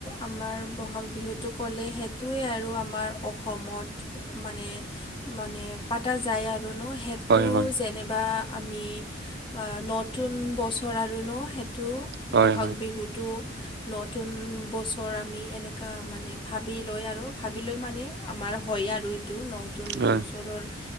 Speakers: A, on the left; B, on the right.
A: আমাৰ বহাগ বিহুটো ক'লে সেইটোৱে আৰু আমাৰ অসমত। মানে-মানে পতা যায় আৰু ন' হে-
B: হয়
A: তো
B: হয়
A: যেনেবা আমি নতুন বছৰ আৰু ন' হে- টো
B: হয়
A: বহাগ
B: হয়
A: বিহুটো- নতুন বছৰ আমি এনেকুৱা মানে ভাবি লৈ আৰু ভাবি লৈ মানে আমাৰ হয় আৰু- এইটো নতুন
B: হয়
A: বছৰৰ-